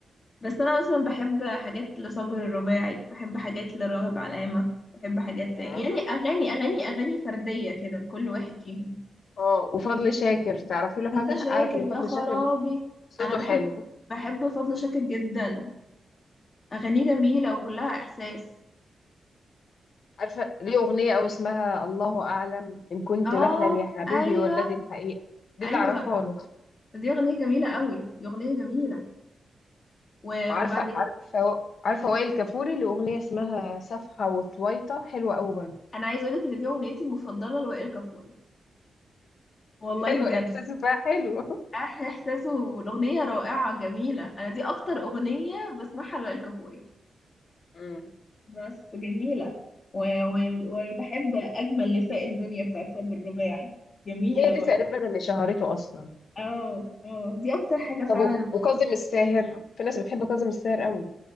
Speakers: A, on the left; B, on the left.
A: بس انا مثلا بحب حاجات لصابر الرباعي بحب حاجات لراغب علامة بحب حاجات ل...
B: ياه.
A: يعني اغاني اغاني اغاني فردية كده لكل واحد فيهم
B: اه وفضل شاكر تعرفي له حاجه
A: فضل شاكر
B: اعرف ان
A: يا
B: فضل
A: خرابي
B: شاكر صوته
A: انا بحب
B: حلو
A: بحب فضل شاكر جدا اغانيه جميلة وكلها احساس
B: عارفة ليه أغنية أو اسمها الله أعلم إن كنت
A: اه
B: بحلم يا حبيبي
A: ايوه
B: ولا دي الحقيقة دي
A: ايوه
B: اللي أعرفها له
A: دي اغنية جميلة قوي دي اغنية جميلة و-
B: وعارفة
A: وبعدين
B: عارفة عارفة وائل كفوري له أغنية اسمها صفحة وطويطة حلوة أوي برضه
A: انا عايز اقولك ان دي اغنيتي المفضله لوائل كفوري والله
B: حلو
A: بجد
B: إحساسه فيها حلو
A: احلى احساس والاغنيه رائعه جميله انا دي اكتر اغنيه بسمعها لوائل كفوري
B: مم.
A: بس جميلة و... و... وبحب أجمل نساء الدنيا بتاعت صبر الرباعي جميلة
B: هي دي
A: برضه
B: تقريبا اللي شهرته أصلا
A: اه اه دي اكتر حاجه فعلا
B: طب و- وكاظم الساهر في ناس بتحب كاظم الساهر قوي